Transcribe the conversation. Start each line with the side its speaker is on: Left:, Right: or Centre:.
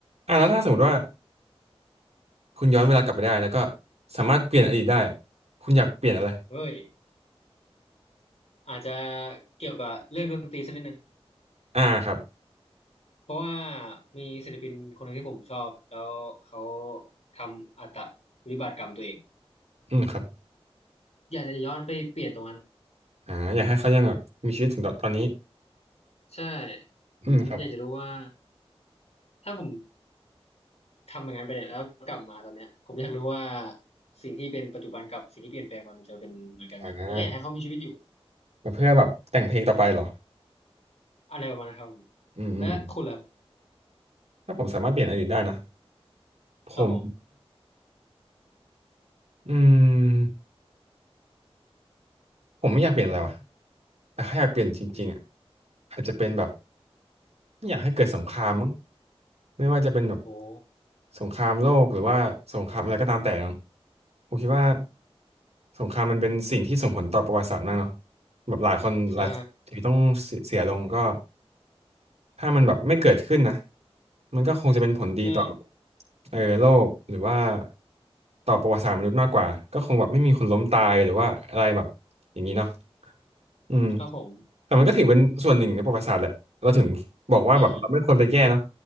Right: อ่ะแล้วถ้าสมมติว่าคุณย้อนเวลากลับไปได้แล้วก็สามารถเปลี่ยนอดีตได้คุณอยากเปลี่ยนอะไร
Left: เฮ้ย อาจจะเกี่ยวกับเรื่องดนตรีสักนิดหนึ่ง
Right: อ่าครับ
Left: เพราะว่ามีศิลปินคนหนึ่งที่ผมชอบแล้วเขาทำอัตวิบากกรรมตัวเอง
Right: อืมครับ
Left: อยากจะย้อนไปเปลี่ยนตรงนั้น
Right: อ่าอยากให้เขายังแบบมีชีวิตถึงตอนตอนนี้
Left: ใช่ผมอยากจะรู้ว่า
Right: อืมครับ
Left: ถ้าผมทำอย่างนั้นไปเนี่ยแล้วกลับมาตอนเนี้ยผมอยากรู้ว่าสิ่งที่เป็นปัจจุบันกับสิ่งที่เปลี่ยนแปลงมามันจะเป็นเหมือนกันไหมแล้วก็อยากให้เขามีชีวิตอยู่
Right: อ่าเพื่อแบบแต่งเพลงต่อไปเหรอ
Left: อะไรประมาณนั้นครับผม
Right: อืมอืม
Left: และคุณล่ะ
Right: ถ้าผมสามารถเปลี่ยนอดีตได้นะผม
Left: ครับผม
Right: อืมผมไม่อยากเปลี่ยนอะไรวะแต่ถ้าอยากเปลี่ยนจริงๆอ่ะ
Left: อืม
Right: อาจจะเป็นแบบไม่อยากให้เกิดสงครามมั้งไม่ว่าจะเป็นแบบ
Left: โอ้
Right: สงครามโลกหรือว่าสงครามอะไรก็ตามแต่เนาะผมคิดว่าสงครามมันเป็นสิ่งที่ส่งผลต่อประวัติศาสตร์มากเนาะแบบหลายคนหลายชีวิตต้องเสียเสียลงก็
Left: ใช่
Right: ถ้ามันแบบไม่เกิดขึ้นนะมันก็คงจะเป็นผลดีต่อ
Left: ใช่
Right: เออโลกหรือว่าต่อประวัติศาสตร์มนุษย์มากกว่าก็คงแบบไม่มีคนล้มตายหรือว่าอะไรแบบอย่างนี้เนาะอืม
Left: ครับผม
Right: แต่มันก็ถือเป็นส่วนหนึ่งในประวัติศาสตร์แหละเราถึงบอกว่าแบบเราไม่ควรไปแก้เนาะ
Left: ใช่